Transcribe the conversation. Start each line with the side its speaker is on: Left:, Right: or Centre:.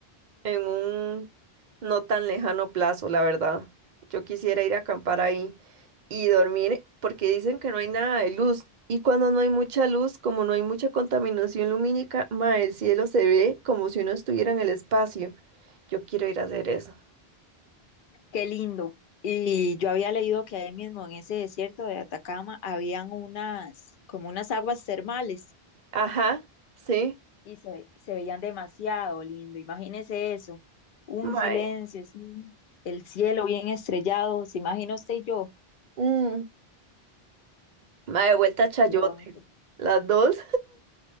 Right: en un no tan lejano plazo, la verdad. Yo quisiera ir a acampar ahí y dormir porque dicen que no hay nada de luz. Y cuando no hay mucha luz, como no hay mucha contaminación lumínica, ma, el cielo se ve como si uno estuviera en el espacio. Yo quiero ir a hacer eso.
Left: qué lindo. Y yo había leído que ahí mismo en ese desierto de Atacama habían unas, como unas aguas termales
Right: Ajá, sí.
Left: y se, ve- se veían demasiado lindo. Imagínese eso, un
Right: Mae,
Left: silencio, así, el cielo bien estrellado, se imagina usted y yo,
Right: mm, mae, de vuelta a Chayote.
Left: sería bonito.
Right: Las dos.